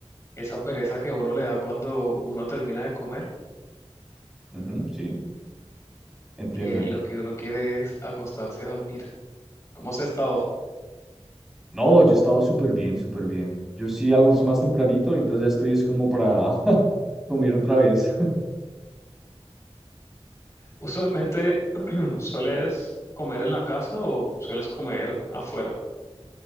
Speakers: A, on the left; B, in the centre.
A: esa pereza que uno le da cuando uno termina de comer,
B: ujú, sí, entiendo.
A: que lo que uno quiere es acostarse a dormir. ¿Cómo has estado?
B: No, yo he estado súper bien, súper bien. Yo sí almuerzo más tempranito, ahorita ya estoy es como para <laughs> comer otra vez. <laughs>
A: Usualmente, <clears throat> ¿sueles comer en la casa o sueles comer afuera?